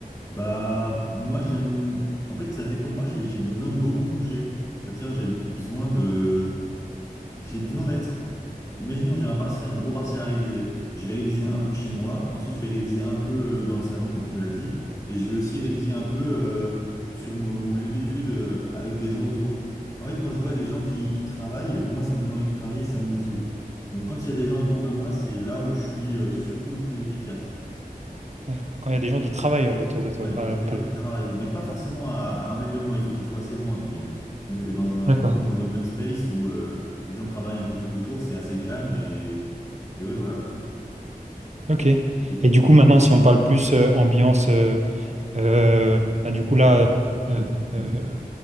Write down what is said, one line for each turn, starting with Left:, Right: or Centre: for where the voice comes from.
Left: Bah, moi, j'aime. En fait, ça dépend. Moi, j'ai j'ai besoin de beaucoup bouger. C'est-à-dire, j'ai besoin de. J'ai besoin d'être. Imaginons, j'ai un partiel, un gros partiel à réviser. Je vais réviser un peu chez moi. Ensuite, je vais réviser un peu euh, dans le salon, comme tu me l'as dit. Et je vais aussi réviser un peu euh, sur mon, mon lieu d'étude euh, avec des gens autour. En fait, quand je vois des gens qui, qui travaillent, moi, ça me donne envie de travailler, ça me motive. Donc, quand il y a des gens autour de moi, c'est là où je suis euh, surtout le plus efficace.
Right: D'accord. Quand il y a des gens qui travaillent autour de toi,
Left: Ouais,
Right: pas,
Left: quand il y a des
Right: pas
Left: gens
Right: le-
Left: qui travaillent, mais pas forcément à, à un mètre de moi, il faut qu'ils soient assez loin, entre guillemets. Donc, euh, dans un,
Right: D'accord.
Left: un peu dans un open space où euh, les gens travaillent un peu tout autour, c'est assez calme et, et ouais, voilà.
Right: Ok.
Left: Et
Right: Et du coup, maintenant, si on parle plus euh, ambiance, euh, euh, bah, du coup, là, euh, euh,